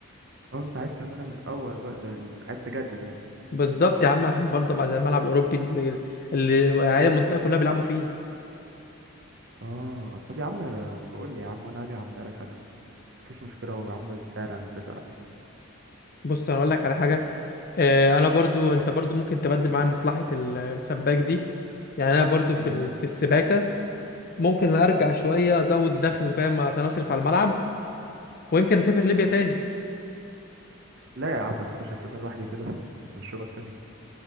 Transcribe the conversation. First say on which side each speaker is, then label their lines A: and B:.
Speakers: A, on the right; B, on the left.
A: اه انت عايز تعملها من الاول بقى زي ال... عايز تجدد يعني
B: بالظبط يا عم عشان برضه ابقى زي الملعب الاوروبي اللي اللي العيال المنطقه كلها بيلعبوا فيه
A: اه طب يا عم بقول لي يا عم وانا هاجي اعملها لك انا مفيش مشكلة ويا عم السعر هنتفق عليه
B: بص انا اقول لك على حاجه آه، انا برضو انت برضو ممكن تبدل معايا مصلحه ال- السباك دي يعني انا برضو في
A: يعني
B: ال- في السباكه ممكن ارجع شويه ازود دخل فاهم عشان اصرف على الملعب ويمكن اسافر ليبيا تاني
A: لا يا عم ما تسيبش هسيبنا لوحدي كده نشوفك تاني